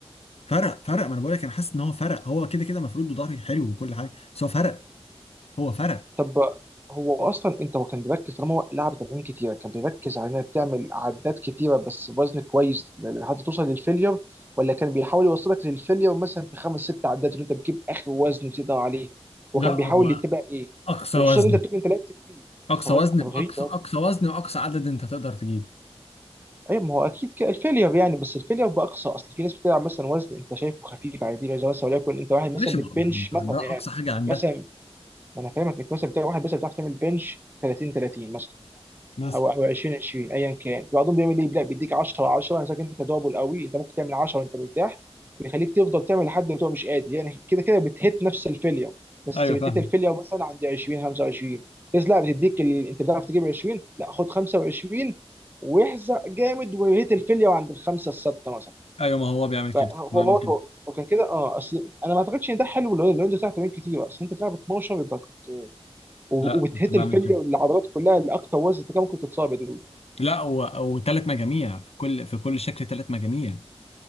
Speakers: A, on the left; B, on the right.
A: فرق فرق ما انا بقول لك انا حاسس ان هو فرق هو كده كده مفروض وظهري حلو وكل حاجه بس هو فرق هو فرق
B: طب هو اصلا انت هو كان بيركز طالما هو لعب تمارين كتيره كان بيركز على انك تعمل عدات كتيره بس بوزن كويس لحد توصل للفيلير ولا كان بيحاول يوصلك للفيلير مثلا في خمس ست عدات اللي انت بتجيب اخر وزن بتقدر عليه
A: لا
B: هو كان بيحاول
A: هو
B: يتبع ايه
A: اقصى
B: وخصوصا
A: وزن
B: ان انت بتقول انت لعبت كتير
A: اقصى
B: بس هو
A: وزن
B: وزن انت غريب
A: باقصى
B: قوي
A: اقصى وزن واقصى عدد انت تقدر تجيبه
B: ايوه ما هو اكيد كده الفيلير يعني بس الفيلير باقصى اصل في ناس بتلعب مثلا وزن انت شايفه خفيف عادي زي مثلا وليكن انت واحد مثلا
A: ماشي
B: بتبنش
A: ما ما-
B: مثلا
A: ده
B: يعني
A: اقصى حاجه عندها
B: مثلا ما انا فاهمك انت مثلا بتاع واحد بس بتعرف تعمل بنش 30 30 مثلا
A: مثلا
B: او او 20 20 ايا كان بعضهم بيعمل ايه لا بيديك 10 10 انا انت دبل قوي انت ممكن تعمل 10 وانت مرتاح بيخليك تفضل تعمل لحد ما تبقى مش قادر يعني كده كده بتهت نفس الفيلير بس
A: ايوه
B: بتهت
A: فاهم
B: الفيلير مثلا عند 20 25 بس لا بتديك ال... انت بتعرف تجيب 20 لا خد 25 واحزق جامد وهيت الفيلير عند الخمسه السته مثلا
A: ايوه ما هو بيعمل كده
B: فهو
A: كنت بعمل
B: هو
A: كده
B: هو كان كده اه اصل انا ما اعتقدش ان ده حلو لو لو انت بتلعب تمارين كتير اصل انت بتلعب 12 يبقى وبتهت
A: لا كنت بعمل
B: الفليه
A: كده
B: والعضلات كلها لاكتر وزن انت كان ممكن تتصاب يا دود
A: لا وثلاث مجاميع في كل في كل شكل ثلاث مجاميع